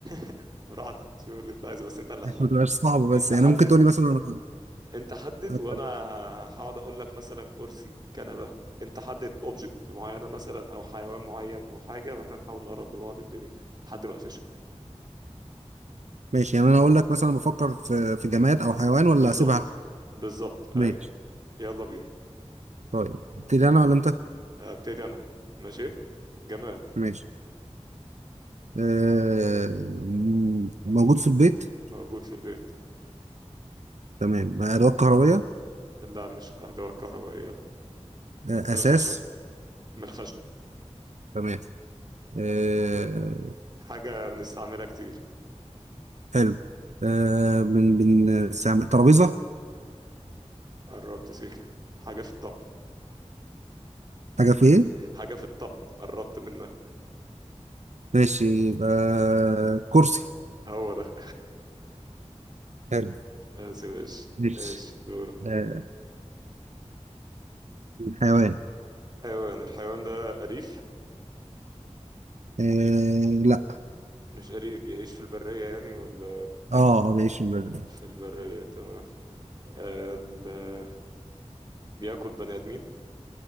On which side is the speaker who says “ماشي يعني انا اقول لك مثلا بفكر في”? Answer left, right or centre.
Right